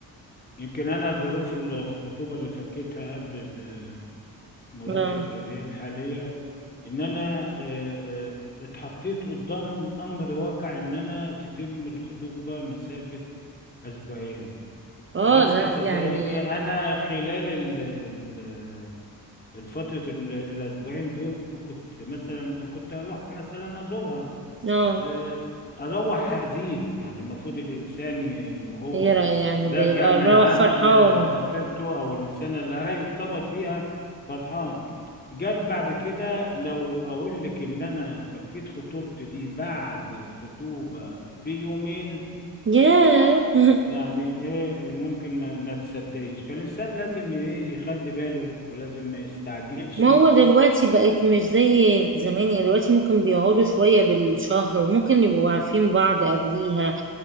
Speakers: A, on the left (about 25°); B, on the right (about 35°).
A: يمكن انا ظروف الخطوبه اللي فكيتها قبل ال- مراتي
B: اه
A: اللي اللي هي الحاليه ان انا آه، آه، اتحطيت قدام امر واقع ان انا تتم الخطوبه مسافه اسبوعين
B: اه
A: عارفه
B: لا
A: صدقيني
B: يعني
A: انا خلال ال- ال- الفتره ال- الاسبوعين دول كنت مثلا كنت اروح مثلا ازورها
B: اه
A: آه، اروح حزين يعني المفروض الانسان ي- وهو
B: يرى يعني
A: راجع
B: ده يبقى
A: من
B: مروح
A: عند
B: فرحان
A: آه، خطيبته او الانسانه اللي هيرتبط بيها فرحان جت بعد كده لو اقول لك ان انا فكيت خطوبتي دي بعد الخطوبه بيومين
B: ياه <laughs>
A: يعني ايه ممكن ما, ما تصدقيش فالانسان لازم ايه يخلي باله ولازم ما يستعجلش
B: ما هو دلوقتي بقت مش زي زمان يعني دلوقتي ممكن بيقعدوا شوية بالشهر وممكن يبقوا عارفين بعض قبليها